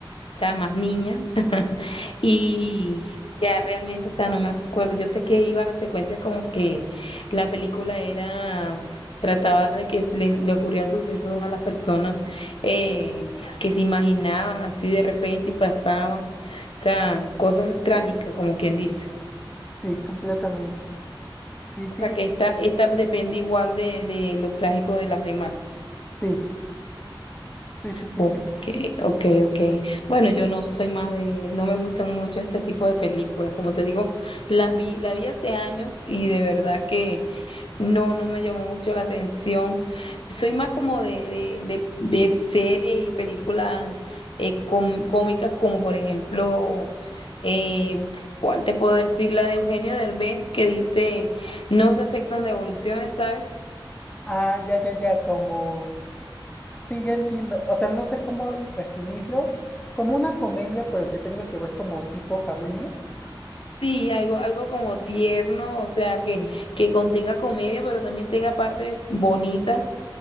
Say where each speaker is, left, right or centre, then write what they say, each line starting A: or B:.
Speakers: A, on the left (about 80°); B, on the left (about 15°).
A: estaba más niña <laughs> y ya realmente, o sea, no me acuerdo. Yo sé que iba a la secuencia como que la película era, trataba de que le, le ocurrían sucesos a las personas eh, que se imaginaban así de repente y pasaban, o sea, cosas trágicas, como quien dice.
B: Sí, completamente. Sí, sí,
A: O sea, que esta, esta depende igual de, de lo trágico de las demás.
B: sí, sí, sí, sí.
A: Ok,
B: <laughs>
A: ok, ok. Bueno, yo no soy más de, no me gustan mucho este tipo de películas. Como te digo, las vi, la vi hace años y de verdad que no, no me llamó mucho la atención. Soy más como de, de, de, de series y películas eh, com- cómicas, como por ejemplo, eh, ¿cuál te puedo decir? La de Eugenio Derbez que dice, no se aceptan devoluciones, ¿sabes?
B: Ah, ya, ya, ya, como... Sí, ya entiendo. O sea, no sé cómo definirlo. Como una comedia, pero que tenga que ver como tipo familia.
A: Sí, algo, algo como tierno, o sea, que,
B: Sí.
A: que contenga comedia, pero también tenga partes bonitas,